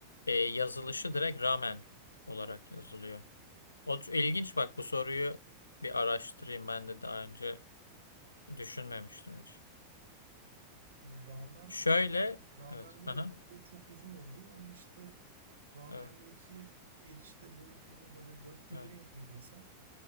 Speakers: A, on the left (about 75°); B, on the right (about 70°).
A: e, yazılışı direkt rağmen olarak yazılıyor. O c- ilginç bak bu soruyu bir araştırayım. Ben de daha önce düşünmemiştim hiç.
B: Ya rağmen
A: Şöyle,
B: Ramen'de
A: evet, aha,
B: de böyle çok uzun oluyor. Onu işte ramendeki
A: evet,
B: erişte boyutunu böyle dörtte
A: evet,
B: bire indirgesen